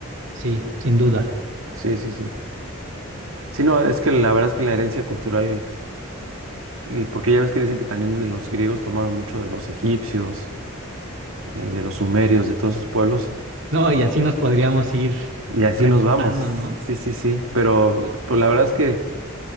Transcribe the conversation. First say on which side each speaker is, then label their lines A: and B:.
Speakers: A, on the right; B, on the right.
A: Sí, sin duda.
B: Sí, sí, sí. Sí, no, es que la verdad es que la herencia cultural Y porque ya ves que dicen que también los griegos tomaron mucho de los egipcios, eh, de los sumerios, de todos esos pueblos,
A: No, y así nos podríamos ir
B: y así
A: remontando,
B: nos vamos.
A: ¿no?
B: Sí, sí, sí, pero pues la verdad es que